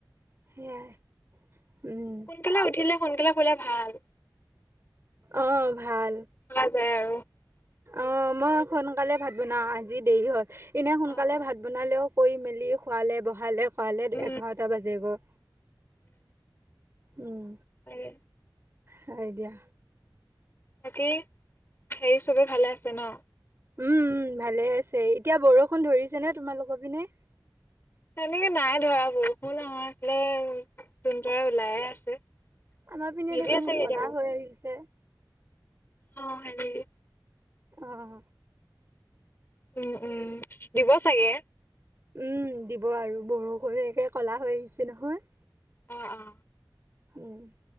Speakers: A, on the right; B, on the left.
A: সেয়াই উম
B: সোনকালে উঠিলে সোনকালে শুলে ভাল
A: আহ ভাল
B: যাই আৰু
A: অ মই সোনকালে ভাত বনাও আজি দেৰি হল এনেই সোনকালে
B: অ অ
A: ভাত বনালেও কৰি মেলি শুৱালে বহালে কৰাৱালে
B: উম
A: এঘাৰটা বাজেগৈ উম
B: হে
A: হয় দিয়া
B: বাকী হেৰি চবে ভালে আছে ন।
A: উম ভালে আছে এতিয়া বৰষুণ ধৰিছে নে তোমালোকৰ পিনে
B: সেনেকে নাই ধৰা বৰষুণ আমাৰফালে জোন তৰা ওলাই আছে।
A: আমাৰ পিনে
B: নিদিয়ে
A: দেখোন
B: চাগে এতিয়া
A: কলা
B: বৰষুণ
A: হৈ আহিছে।
B: অ হয় নেকি
A: আহ
B: উম উম দিব চাগে।
A: উম দিব আৰু বৰষুণকে কলা হৈ আহিছে নহয়
B: অহ অহ
A: উম